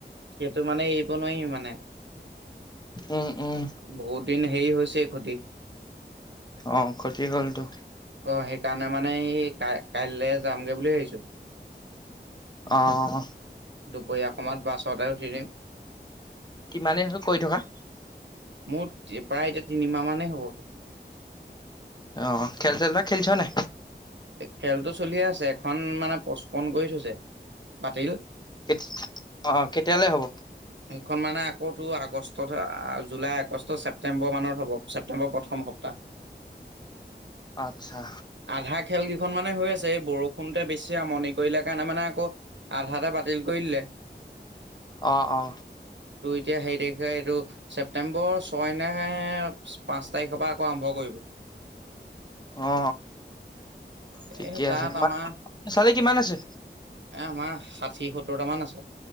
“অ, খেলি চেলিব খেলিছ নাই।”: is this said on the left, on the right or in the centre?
Left